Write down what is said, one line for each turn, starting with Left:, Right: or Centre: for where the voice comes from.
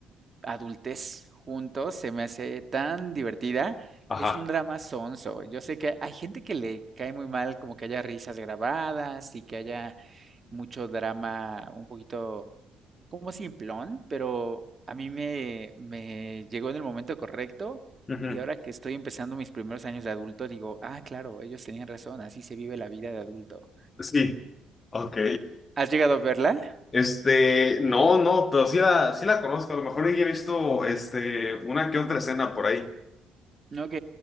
Right: adultez juntos se me hace tan divertida.
Left: Ajá.
Right: Es un drama sonso. Yo sé que hay gente que le cae muy mal como que haya risas grabadas y que haya mucho drama un poquito como simplón, pero a mí me, me llegó en el momento correcto
Left: Ujú.
Right: y ahora que estoy empezando mis primeros años de adulto digo, ah, claro, ellos tenían razón, así se vive la vida de adulto.
Left: Sí. Ok.
Right: ¿Has llegado a verla?
Left: Este, no, no, pero sí la, sí la conozco. A lo mejor ya he visto, este, una que otra escena por ahí.
Right: Ok,